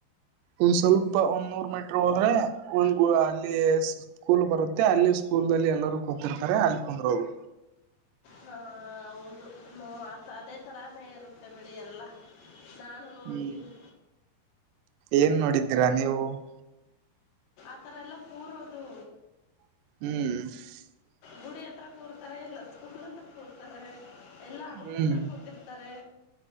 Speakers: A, on the right (about 80°); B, on the left (about 70°).
A: ಒಂದ್ ಸ್ವಲ್ಪ ಒಂದ್ ನೂರ್ ಮೀಟರ್ ಹೋದ್ರೆ ಒಂದ್ ಅಲ್ಲಿ ಸ್ಕೂಲ್ ಬರುತ್ತೆ ಅಲ್ಲಿ ಸ್ಕೂಲ್ನಲ್ಲಿ ಎಲ್ಲರೂ ಕೂತಿರ್ತಾರೆ ಅಲ್ಲಿ ಕುಂದ್ರೋದು.
B: ಹಾ ಹೌದು ಹೂಂ ಅದೇ ತರಾನೇ ಇರುತ್ತೆ ಬಿಡಿ ಎಲ್ಲ. ನಾನು ನೋಡಿದ್ದೀನಿ
A: ಹ್ಮ್ ಏನ್ ನೋಡಿದ್ದೀರಾ ನೀವು. <inaudible>
B: ಆ ಥರ ಎಲ್ಲ ಕೂರೋದು
A: ಹ್ಮ್.
B: ಗುಡಿ ಹತ್ರ ಕೂರ್ತಾರೆ ಇಲ್ಲ ಸ್ಕೂಲ್ ಹತ್ರ ಕೂರ್ತಾರೆ ಇಲ್ಲ ಅಂಗಡಿ
A: ಹ್ಮ್
B: ಹತ್ರ ಕೂತಿರ್ತಾರೆ.